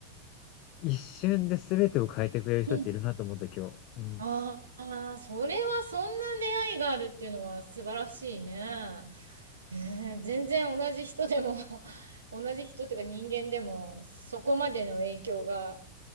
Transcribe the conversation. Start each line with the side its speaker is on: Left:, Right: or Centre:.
Left: 一瞬で全てを変えてくれる人っているなと思った今日。
Right: うん
Left: うん。
Right: ああ、それはそんな出会いがあるっていうのは素晴らしいね。えー全然同じ人でも <laughs> 同じ人っていうか人間でもそこまでの影響が